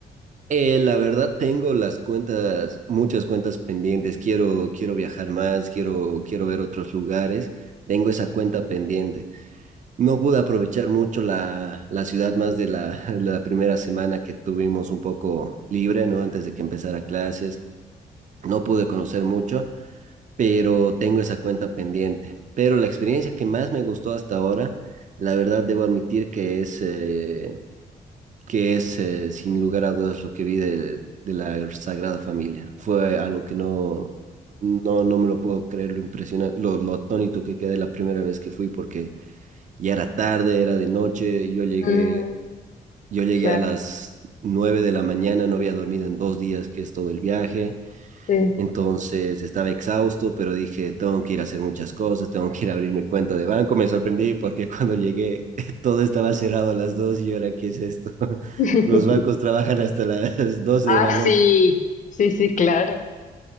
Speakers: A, on the right; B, on the left.
A: Eh, la verdad tengo las cuentas, muchas cuentas pendientes. Quiero, quiero viajar más, quiero, quiero ver otros lugares. Tengo esa cuenta pendiente. No pude aprovechar mucho la, la ciudad más de la, <laughs> la primera semana que tuvimos un poco libre, ¿no? Antes de que empezara clases. No pude conocer mucho. pero tengo esa cuenta pendiente. Pero la experiencia que más me gustó hasta ahora, la verdad debo admitir que es, eh, que es eh, sin lugar a dudas lo que vi de, de la Sagrada Familia. Fue algo que no, no, no me lo puedo creer, lo impresionante, lo, lo atónito que quedé la primera vez que fui, porque ya era tarde, era de noche, yo llegué,
B: Mm,
A: yo llegué
B: claro.
A: a las nueve de la mañana, no había dormido en dos días, que es todo el viaje
B: Sí.
A: entonces estaba exhausto, pero dije, tengo que ir a hacer muchas cosas, tengo que ir a abrir mi cuenta de banco. Me sorprendí porque cuando llegué <laughs> todo estaba cerrado a las 2 y yo era, ¿qué es esto? <laughs>
B: <laughs>
A: Los bancos trabajan hasta las 12
B: Ah,
A: de la
B: sí,
A: noche.
B: sí, sí, claro.